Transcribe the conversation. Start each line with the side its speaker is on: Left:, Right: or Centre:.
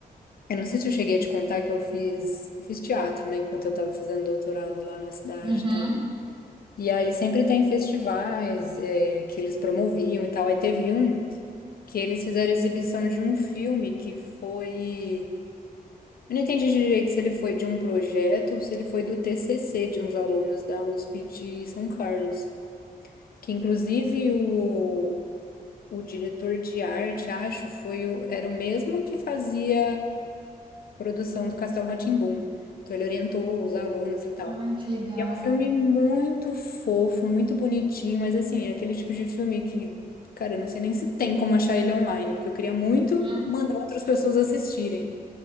Left: eu não sei se eu cheguei a te contar que eu fiz, eu fiz teatro, né, enquanto eu tava fazendo doutorado lá na cidade
Right: Uhum.
Left: e tal. E aí sempre tem festivais, é, que eles promoviam e tal. Aí teve um que eles fizeram exibição de um filme que foi. Eu não entendi direito se ele foi de um projeto ou se ele foi do TCC de uns alunos da USP de São Carlos. que inclusive o, o diretor de arte, acho, foi o, era o mesmo que fazia produção do Castelo rá tim Então ele orientou os alunos e tal.
Right: Ai, que legal.
Left: É um filme muito fofo, muito bonitinho, mas assim, é aquele tipo de filme que, cara, eu não sei nem se tem como achar ele online, porque eu queria muito
Right: Uhum.
Left: mandar outras pessoas assistirem.